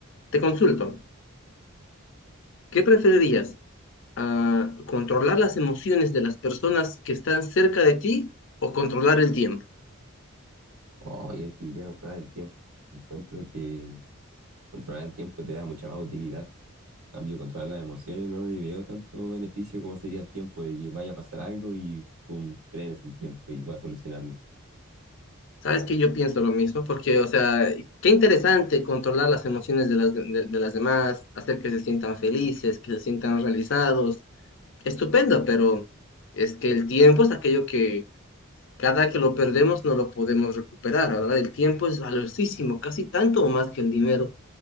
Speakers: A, on the left; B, on the right.
A: Te consulto, ¿qué preferirías? Ah, ¿controlar las emociones de las personas que están cerca de ti o controlar el tiempo?
B: Oh, y el fin, ya controlar el tiempo. Encuentro que controlar el tiempo te da mucha más utilidad. En cambio, controlar las emociones no le veo tanto beneficio como sería el tiempo de que vaya a pasar algo y pum, frenes el tiempo y voy a solucionarlo.
A: Sabes que yo pienso lo mismo, porque, o sea, qué interesante controlar las emociones de las, de, de- las demás, hacer que se sientan felices, que se sientan realizados. Estupendo, pero es que el tiempo es aquello que cada que lo perdemos no lo podemos recuperar, ¿verdad? El tiempo es valiosísimo, casi tanto o más que el dinero.